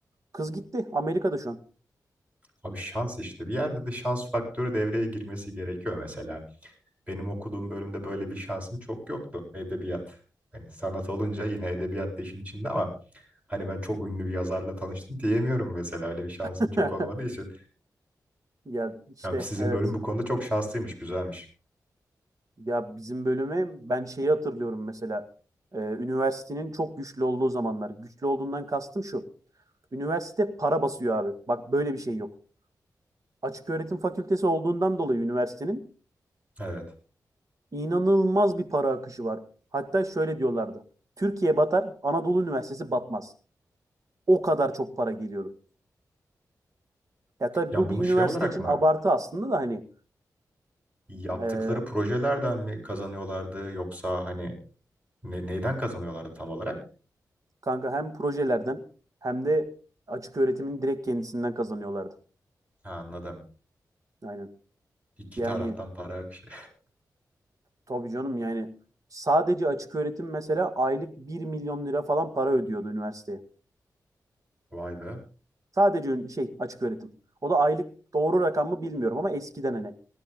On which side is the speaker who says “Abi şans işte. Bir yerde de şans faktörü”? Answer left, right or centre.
Right